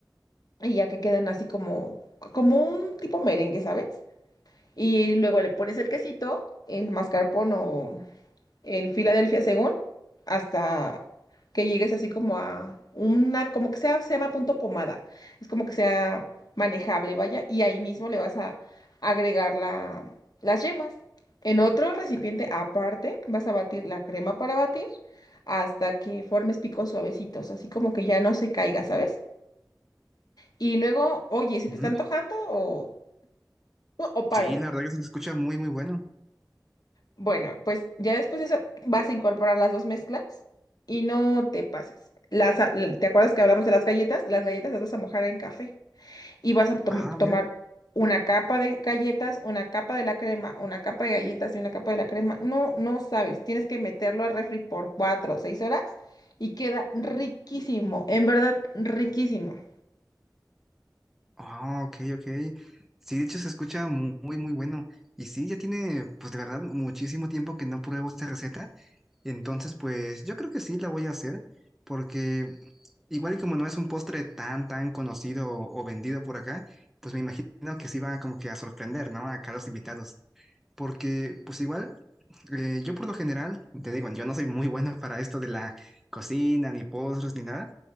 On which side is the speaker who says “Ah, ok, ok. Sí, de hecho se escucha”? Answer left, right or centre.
Centre